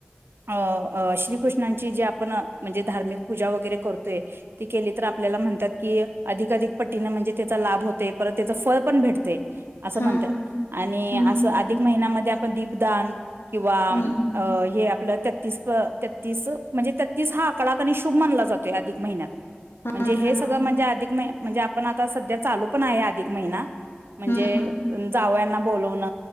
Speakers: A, on the right (about 70°); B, on the left (about 70°).
A: अ अ श्रीकृष्णांची जे आपण म्हणजे धार्मिक पूजा वगैरे करतोय. ती केली तर आपल्याला म्हणतात की अधिकाधिक पटीनं म्हणजे त्याचा लाभ होतेय परत त्याच फळ पण भेट तय असं
B: हा
A: म्हणत्यात आणि
B: हम्म
A: असं
B: हम्म
A: अधिक महिन्यामध्ये आ पण दिपदान किंवा
B: हम्म
A: अ हे म्हणजे तत्तीस व तत्तीस म्हणजे तत्तीस हा आकडा शुभ. मानला जातोय अधिक महिन्यात. म्हणजे
B: हा
A: हे
B: हा
A: सगळ
B: हा
A: म्हणजे अधिक महिन्यात. म्हणजे आपण आता सध्या चालू पण आहे. अधिक महिना. म्हणजे
B: हम्म
A: जावया ना बोलावंन.